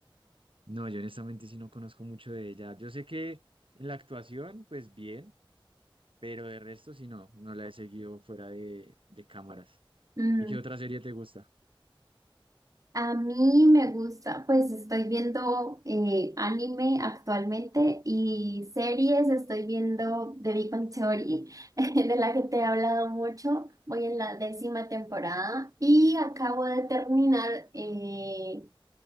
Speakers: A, on the right (about 70°); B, on the right (about 40°).
A: No, yo honestamente sí no conozco mucho de ella. Yo sé que en la actuación, pues bien, pero de resto sí no, no la he seguido fuera de, de cámaras.
B: Mm,
A: ¿Y qué otra serie te gusta?
B: A mí me gusta, pues estoy viendo eh, anime actualmente y series, estoy viendo The Big Bang Theory, <laughs> de la que te he hablado mucho, voy en la décima temporada y acabo de terminar eh,